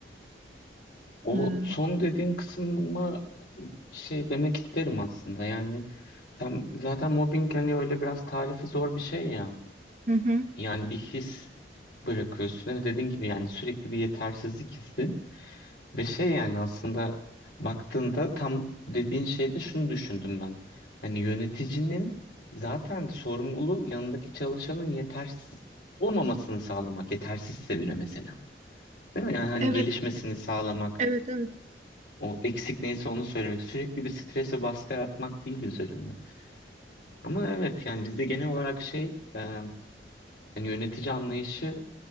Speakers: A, on the left; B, on the right.
A: O
B: Eee,
A: son dediğin kısma bir şey demek isterim aslında. Yani tam zaten mobbing hani öyle biraz tarifi zor bir şey ya.
B: hı hı.
A: Yani bir his bırakıyorsun ve dediğin gibi yani sürekli bir yetersizlik hissi ve şey yani aslında baktığında tam dediğin şeyde şunu düşündüm ben. Hani yöneticinin zaten sorumluluğu yanındaki çalışanın yetersiz olmamasını sağlamak. Yetersizse bile mesela. Değil mi? Yani hani
B: Evet,
A: gelişmesini sağlamak,
B: evet, evet.
A: o eksik neyse onu söylemek, sürekli bir strese baskı yapmak değil üzerinde. Ama evet yani bizde genel olarak şey e, hani yönetici anlayışı